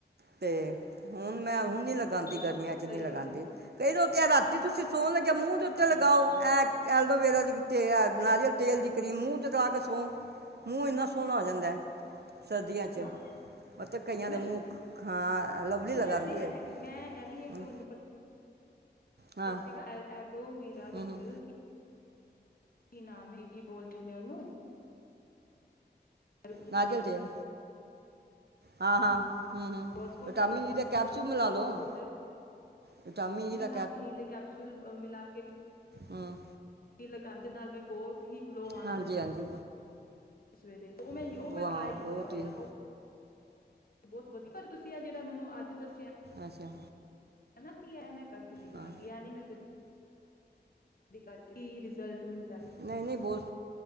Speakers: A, on the right; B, on the left.
A: ਤੇ ਹੁਣ ਮੈਂ ਹੁਣ ਨੀ ਲਗਾਦੀ
B: ਬਿਲਕੁਲ
A: ਗਰਮੀਆਂ ਚ
B: ਸਹੀ
A: ਨ ਨਹੀਂ ਲਗਾਦੀ।
B: ਹੈ
A: ਕਈ ਦੋ ਤੇ ਰਾਤੀ ਤੁਸੀਂ ਸੋਣ ਲੱਗੇ, ਮੂੰਹ ਦੇ ਉੱਤੇ
B: ਅੱਛਾ
A: ਲਗਾਓ
B: ਅੱਛਾ
A: ਇਹ ਐਲਡੋਵੇਰਾ ਦੇਤੇ ਐ। ਨਾਰੀਅਲ ਤੇਲ ਦੀ ਕਰੀਮ ਮੂੰਹ ਤੇ ਲਾ ਕੇ ਸੋ ਮੂੰਹ ਇੰਨਾ ਸੋਹਣਾ ਹੋ ਜਾਂਦਾ ਹੈ। ਸਰਦੀਆਂ
B: ਅੱਛਾ
A: ਚ ਮਤਲਬ ਕਈਆਂ
B: ਮੈਂ
A: ਦੇ ਮੂੰਹ, ਹਾਂ, ਲਵਲੀ
B: ਸੁਣਿਆ
A: ਲਗਾਉਂਦੀ
B: ਸੀ
A: ਹੈ
B: ਇਹ ਮੈਂ ਇਹ ਵੀ ਇੱਕ
A: ਹਮ,
B: ਮੈਨੂੰ ਪ
A: ਹਾਂ
B: ਸਤਿ ਸ੍ਰੀ ਅਕਾਲ, ਲੋ ਵੀਰਾ ਵਿੱਚ
A: ਹਮ ਹਮ,
B: ਕੀ ਕੀ ਨਾਮ ਨਾਮ ਕੀ ਬੋਲਦੇ ਨੇ ਉਹਨੂੰ <unintelligible>
A: ਨਾਰੀਅਲ ਤੇਲ ਹਾਂ ਹਾਂ ਹੂੰ ਹੂੰ
B: ਰੋਜ਼ ਵਾਟਰ
A: ਵਿਟਾਮਿਨ
B: ਵਿੱਚ
A: ਈ ਦੇ ਕੈਪਸੂਲ ਮਿਲਾ
B: ਰੋਜ਼
A: ਲਓ।
B: ਵਾਟਰ
A: ਵਿਟਾਮਿਨ ਈ
B: ਮਿਲਾ
A: ਦਾ
B: ਨੀ ਤੇ ਕੈਪਸੂਲ ਮਿਲਾ ਕੇ
A: ਹਾਂ
B: ਲਗਾਦੇ ਨਾਲ ਵੀ ਬਹੁਤ ਹੀ ਗਲੋ ਆਦਾ
A: ਹਾਂਜੀ
B: ਐ।
A: ਹਾਂਜੀ
B: ਸਵੇਰੇ ਉਹ ਮੈਂ
A: ਵਾਹ
B: ਉਹ ਮੈਂ ਟਰਾਈ
A: ਬਹੁਤ
B: ਕੀਤਾ ਹੋਇਆ
A: ਹੀ
B: ਉਹ ਬਹੁਤ ਵਧੀਆ ਪਰ ਤੁਸੀਂ ਆ ਜਿਹੜਾ ਮੈਨੂੰ ਅੱਜ ਦੱਸਿਆ।
A: ਅੱਛਾ
B: ਹਨਾ ਕੀ ਹੈ ਮੈਂ ਕਰਕੇ ਦੇਖਾਗੀ
A: ਹਾਂ
B: ਆ ਨੀ ਮੈਂ ਕਦੇ ਕਰਕੇ ਕੀ ਰਿਜ਼ਲਟ ਮਿਲਦਾ।
A: ਨਹੀਂ-ਨਹੀਂ, ਬਹੁਤ